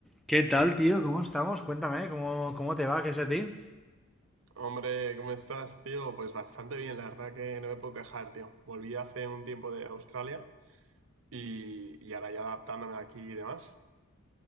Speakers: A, in the centre; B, on the right.
A: ¿Qué tal, tío? ¿Cómo estamos? Cuéntame, ¿cómo, cómo te va? ¿Qué es de ti?
B: Hombre, ¿cómo estás, tío? Pues bastante bien, la verdad que no me puedo quejar, tío. Volví hace un tiempo de Australia y, y ahora ya adaptándome aquí y demás.